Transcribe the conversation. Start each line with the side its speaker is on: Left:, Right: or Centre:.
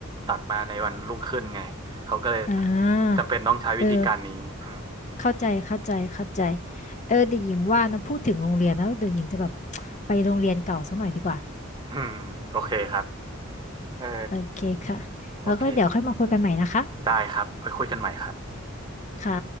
Right: ตัดมาในวันรุ่งขึ้นไงเขาก็เลย
Left: อ่า
Right: จำเป็นต้องใช้วิธีการนี้อืม
Left: เออ เข้าใจเข้าใจเข้าใจเออเดี๋ยวหญิงว่านะพูดถึงโรงเรียนนะเดี๋ยวหญิงจะแบบไปโรงเรียนเก่าสักหน่อยดีกว่า
Right: อืมโอเคครับ เออ
Left: โอเคค่ะแล้วก็เดี๋ยวค่อยมาคุยกันใหม่นะคะ
Right: โอเคได้ครับไปคุยกันใหม่ครับ
Left: ค่ะ